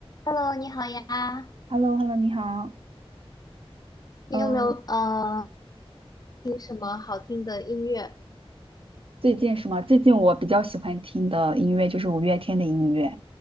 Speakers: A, on the left; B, on the right.
A: Hello，你好呀，
B: h e l l o h e l l o 你好。
A: 你有没有呃
B: 嗯，
A: 听什么好听的音乐
B: 最近是吗？最近我比较喜欢听的音乐就是五月天的音乐。